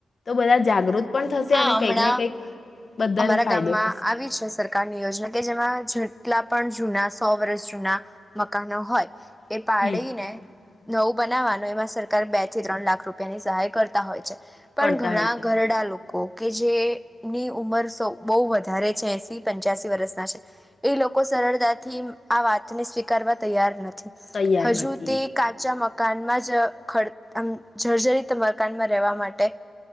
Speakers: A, on the left; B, in the centre.
A: તો બધા જાગૃત પણ થશે
B: હા
A: અને
B: હમણાં
A: કંઈક ને કંઈક બધાને
B: અમારા
A: ફાયદો
B: ગામમાં
A: થશે
B: આવી છે સરકારની યોજના કે જેમાં જેટલા પણ જુના સો વર્ષ જૂના મકાનો હોય એ પાળીને
A: હમ
B: નવું બનાવાનું એમાં સરકાર બે થી ત્રણ લાખ રૂપિયાની સહાય કરતા હોય છે. પણ
A: કરતા
B: ઘણા
A: હોય છે
B: ઘરડા લોકો કે જેની ઉમર બહુ વધારે છે એસી પંચ્યાસી વર્ષના છે એ લોકો સરળતાથી આ વાતને સ્વીકારવા તૈયાર નથી
A: તૈયાર
B: હજુ
A: નથી
B: તે કાચા મ મકાનમાં જ ખ આમ જર્જરીિત મકાનમાં રહેવા માટે